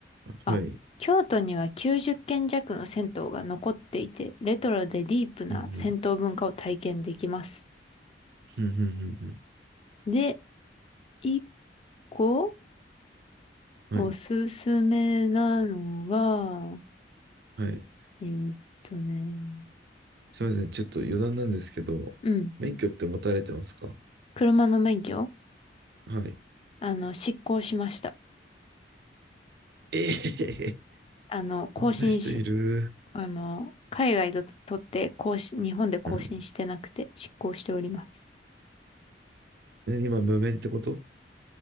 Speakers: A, on the left (about 35°); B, on the right (about 60°).
A: あ、
B: はい。
A: 京都には90軒弱の銭湯が残っていて、レトロでディープな銭湯文化を体験できます。
B: うんうん。うんうんうん
A: で、一個
B: うん。
A: おすすめなのが、
B: はい。はい。
A: えーっとね、
B: すみません。ちょっと余談なんですけど、
A: うん、
B: 免許って持たれてますか
A: 車の免許、
B: はい。
A: あの、失効しました。
B: ええへへ
A: あの、
B: <laughs> そんな人いる。
A: 更新し、あの、海外で取って更新、日本で更新してなくて失効しております。
B: うん。え今、無免ってこと